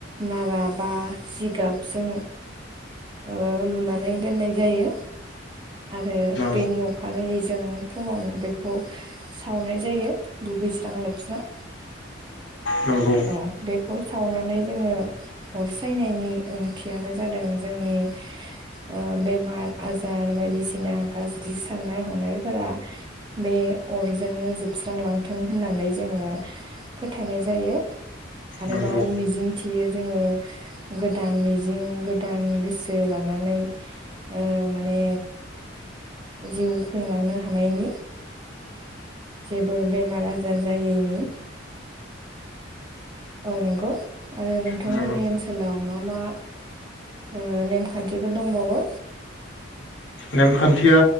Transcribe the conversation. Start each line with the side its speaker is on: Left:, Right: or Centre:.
Right: नारा बा जिगाबजों ओ लुनानै दोननाय जायो। आरो
Left: औ
Right: बेनि अखानायै जों फुङावनो बेखौ सावनाय जायो दुगैस्रां लोबस्रां
Left: नंगौ
Right: औ बेखौ सावनानै जोङो अर सायनायनि ओंथियानो जादों जोंनि ओ बेमार आजार बायदिसिना गाज्रि साननाय हनायफोरा बे अरजोंनो जोबस्रांलांथों होननानै जोङो फोथायनाय जायो। आरोबाव
Left: नंगौ
Right: मिजिं थियो जोङो गोदान मिजिं गोदान गोसो लानानै ओ माने जिउ खुंलांनो हानायनि जेबो बेमार आजार जायैनि औ नंगौ आरो नोंथांमोननि
Left: नंगौ
Right: ओनसोलाव मा मा ओ नेमखान्थिफोर दंबावो
Left: नेमखान्थिया